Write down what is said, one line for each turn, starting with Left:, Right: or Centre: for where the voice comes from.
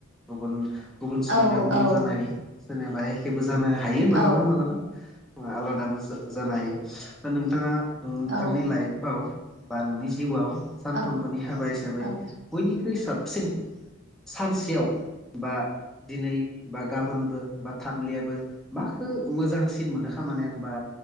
Centre: गुबुन गुबुन सुबुंनिया
Right: औ
Centre: गुबुन
Right: औ
Centre: जानो हायो सोरनियाबा एखेबो जानो हायो मालाबा
Right: औ
Centre: मालाबा आलादाबो जा जानो हायो दा नोंथांङा नोंथांनि
Right: औ
Centre: लाइफआव बा नोंनि जिउआव सानफ्रोमबोनि
Right: औ
Centre: हाबा हिसाबै
Right: औ
Centre: बयनिख्रुइ साबसिन सिन सानसेयाव बा दिनै बा गाबोनबो बा थामलियाबो माखौ मोजांसिन मोनो खामानो होनबा